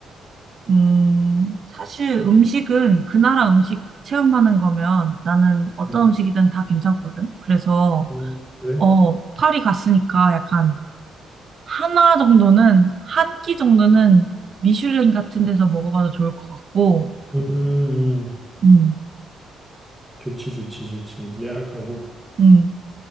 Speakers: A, on the right (about 45°); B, in the centre.
A: 음, 사실 음식은 그 나라 음식 체험하는 거면 나는 어떤
B: 음,
A: 음식이든 다 괜찮거든. 그래서,
B: 음, 그래?
A: 어, 파리 갔으니까 약간 하나 정도는, 한 끼 정도는 미슐랭 같은 데서 먹어봐도 좋을 것 같고,
B: 음, 음.
A: 음,
B: 좋지, 좋지, 좋지. 예약하고.
A: 음.